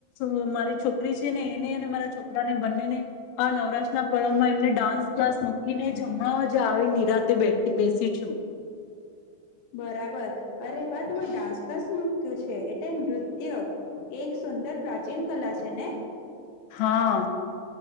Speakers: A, on the left; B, on the left.
A: હું મારી છોકરી છે ને એને અને મારા છોકરાને બંનેને આ નવરાશના પર્વમાં એમને ડાન્સ ક્લાસ મૂકીને જમણા જ આવે નિરાતે બેઠ બેસી છું.
B: બરાબર અરે વા તમે ડાન્સ ક્લાસ મૂક્યું છે એટલે નૃત્ય એક સુંદર પ્રાચીન કલા છે ને.
A: હા